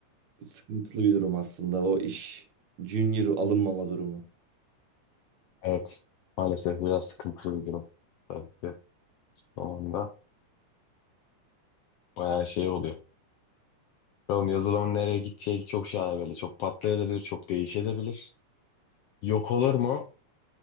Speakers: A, on the right; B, on the left.
A: sıkıntılı bir durum aslında o iş. Junior alınmama durumu.
B: Evet. Maalesef biraz sıkıntılı bir durum. Tabii ki sonunda bayağı şey oluyor. Bakalım yazılımın nereye gideceği çok şaibeli. Çok patlayabilir, çok değişebilir. Yok olur mu?